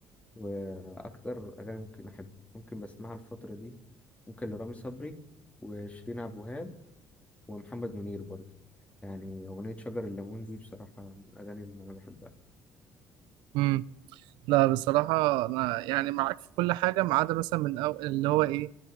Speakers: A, on the left; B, on the right.
A: واكتر اغاني ممكن احب ممكن بسمعها الفتره دي ممكن لرامي صبري وشيرين عبد الوهاب ومحمد منير برضه يعني اغنيه شجر الليمون دي بصراحه من الاغاني اللي انا بحبها
B: امم لا بصراحة انا يعني معاك في كل حاجة ما عدا مثلا من أو... اللي هو ايه